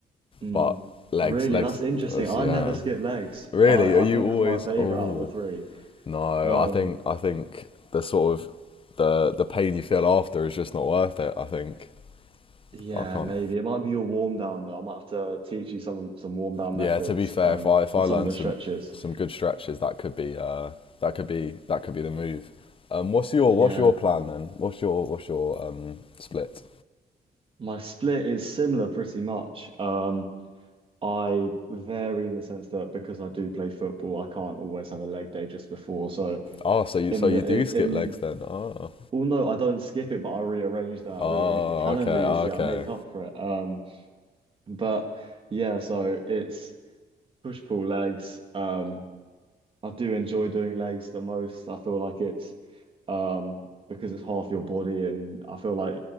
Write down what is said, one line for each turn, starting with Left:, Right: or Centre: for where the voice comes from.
Right: Mm.
Left: but legs
Right: Really,
Left: legs
Right: that's interesting.
Left: that's-
Right: I
Left: yeah.
Right: never skip legs.
Left: Really,
Right: I
Left: are you
Right: I think
Left: always?
Right: that's my favorite
Left: Oh
Right: out of the three.
Left: no,
Right: Um,
Left: I think I think the sort of the the pain you feel after is just not worth it. I think
Right: Yeah,
Left: I can't
Right: maybe it might be your warm down though. I might have to teach you some some warm down
Left: Yeah,
Right: methods
Left: to be fair,
Right: um
Left: if I if I
Right: and
Left: learn
Right: some of the
Left: some
Right: stretches.
Left: some good stretches, that could be uh that could be that could be the move. Um, what's your
Right: Yeah,
Left: what's your plan then? What's your what's your um split?
Right: my split is similar pretty much. Um, I vary in the sense that because I do play football, I can't always have a leg day just before. So
Left: Oh, so you
Right: in
Left: so
Right: the
Left: you do
Right: in,
Left: skip
Right: in
Left: legs then? Oh,
Right: well, no, I don't skip it, but I rearrange that. I
Left: oh,
Right: rearrange the calendar.
Left: okay,
Right: You see,
Left: okay,
Right: I make up for it. Um, but yeah, so it's push pull legs. Um, I do enjoy doing legs the most. I feel like it's um, because it's half your body. And I feel like